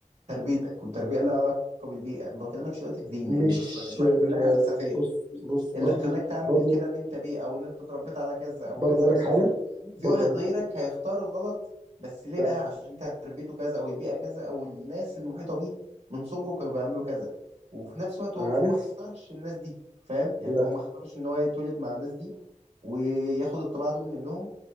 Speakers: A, on the right; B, on the right.
A: تربيتك والتربية لها علاقة بالبيئة انا ما بكلمكش دلوقتي في دين
B: مش
A: يعني بس بكلمك
B: آه،
A: من ناحية فلسفية
B: بص بص
A: اللي
B: برضو
A: خلاك تعمل
B: برضو
A: كده ان انت بيه او ان انت اتربيت على كذا او
B: برضو
A: كذا
B: اقول
A: او
B: لك
A: كذا
B: حاجه برضو
A: في واحد
B: اقول لك
A: غيرك
B: حاجه
A: هيختار الغلط بس ليه
B: لا
A: بقى عشان انت تربيته كذا او البيئة كذا او الناس المحيطة بيه من صغره كانوا بيعملوا كذا وفي نفس الوقت هو
B: عارف
A: ما اختارش الناس دي فاهم يعني
B: لا
A: هو ما اختارش ان هو يتولد مع الناس دي وياخد الطباع دول منهم